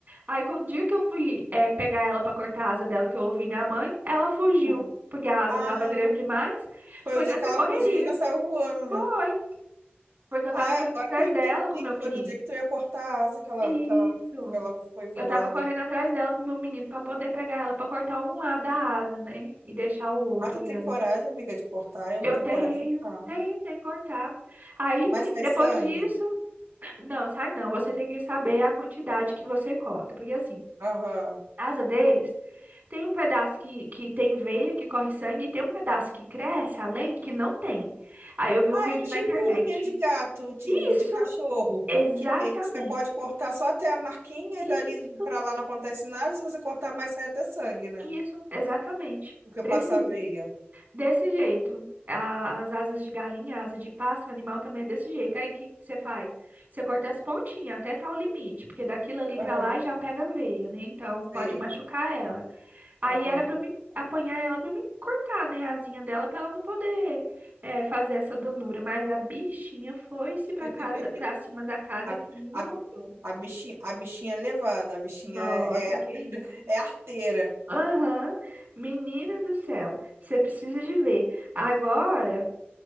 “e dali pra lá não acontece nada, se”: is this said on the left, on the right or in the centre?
Right